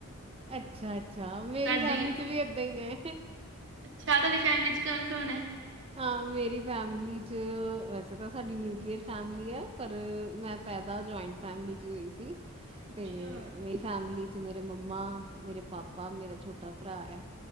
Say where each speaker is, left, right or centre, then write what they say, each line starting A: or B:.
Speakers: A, on the right (about 25°); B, on the right (about 55°).
A: ਅੱਛਾ-ਅੱਛਾ ਮੇਰੀ
B: ਤੁਹਾਡੀ
A: ਫੈਮਿਲੀ ਚ ਵੀ ਏਦਾਂ ਈ ਐ।
B: ਅੱਛਾ ਤੋਦੀ ਫੈਮਿਲੀ ਚ ਕੌਨ-ਕੌਨ ਏ?
A: ਹਾਂ। ਮੇਰੀ ਫੈਮਿਲੀ ਚ ਵੈਸੇ ਤਾਂ ਸਾਡੀ ਨਿਊਕਲੀਅਰ ਫੈਮਿਲੀ ਆ ਪਰ ਮੈਂ ਪੈਦਾ ਜੋਇੰਟ ਫੈਮਿਲੀ ਚ ਹੋਈ ਸੀ
B: ਅੱਛਾ
A: ਤੇ ਮੇਰੀ ਫੈਮਿਲੀ ਚ ਮੇਰੇ ਮੰਮਾ ਮੇਰੇ ਪਾਪਾ, ਮੇਰਾ ਛੋਟਾ ਭਰਾ ਐ।